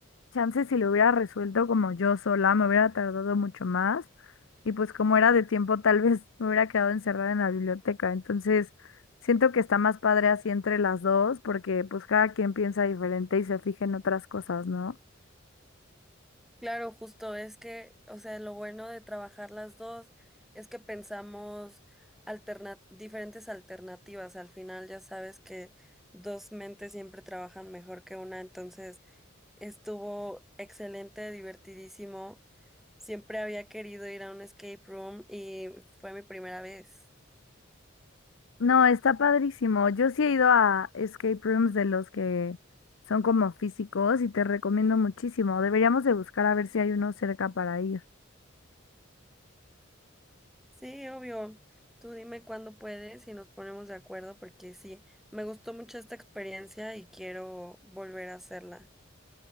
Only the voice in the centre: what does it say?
Claro, justo es que, o sea, lo bueno de trabajar las dos es que pensamos alterna- diferentes alternativas. Al final ya sabes que dos mentes siempre trabajan mejor que una, entonces estuvo excelente, divertidísimo. Siempre había querido ir a un escape room y fue mi primera vez.
Sí, obvio. Tú dime cuándo puedes y nos ponemos de acuerdo porque sí, me gustó mucho esta experiencia y quiero volver a hacerla.